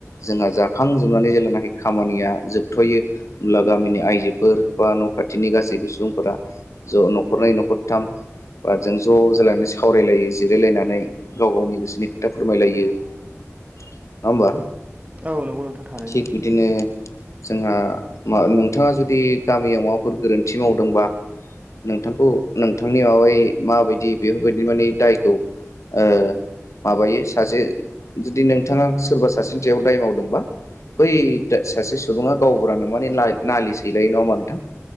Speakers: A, on the left; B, on the right.
A: जोंहा जाखां जोबनानै जेेल्लानाखि खामानिया जोबथ'यो होमब्ला गामिनि आइजोफोर बा न' खाथिनि गासैबो सुबुंफोरा ज' न'खरनै न'खरथाम बा जों ज' जालायनानै सावरायलायो जिरायलायनानै गाव गावनि गोसोनि खोथा फोरमायलायो नङा ओमबा?
B: औ नोंगौ नोंथां। थारैनो
A: थिग बिदिनो जोंहा नोंथाङा जुदि गामियाव माबाफोर गोरोन्थि मावदोंबा नोंथांखौ नोंथांनि माबायै माबायदि दि बेफोरबायदि माने दायखौ ओ माबायो सासे जुदि नोंथाङा सोरबा सासेनि सायाव दाय मावदोंबा बै सासे सुबुङा गावबुरानो माने ना-नालिस हैलायो नङा ओमबा नोंथां?